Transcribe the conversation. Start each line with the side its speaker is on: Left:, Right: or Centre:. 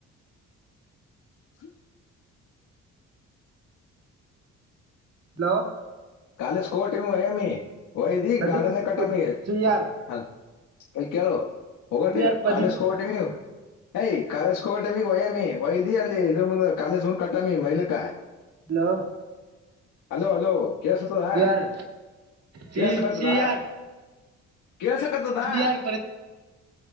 Left: ಹ
Right: ಹಲೋ
Left: ಕಾಲೇಸ್ ಕೋಟಿಮ ವಯಾಮಿ ವಯದಿ
Right: ಪ್ರದೀಪ್
Left: ಗಾರ್ಢನೆ ಕಟ್ಟಮಿ
Right: ಚಿಯಾರ್
Left: ಹಲ್ ಕೇಳು ಹೋಗೋಟ್ಟೆ
Right: ಚಿಯಾರ್ ಪ್ರದೀಪ್
Left: ಕಾಲೇಶ್ ಹೋಗೋಟ ನೀವು ಯ್ ಕಾಲೇಶ್ ಟಮಿ ವಯ್ಯಾಮಿ ವೈದಿ ಅಲ್ಲಿ ಇದ್ರ ಮುಂದ್ ಕಾಲೇಜ್ ಮುಂದ್ ಕಟಮಿ ಮೈಲಕ
Right: ಹಲೋ
Left: ಹಲೋ ಹಲೋ ಕೆಳಸತದಾ
Right: ಚಿಯಾರ್ ಚಿ
Left: ಕಳಸಗತದಾ
Right: ಚಿಯಾರ್
Left: ಕೇಳಸಕತದಾ
Right: ಚಿಯಾರ್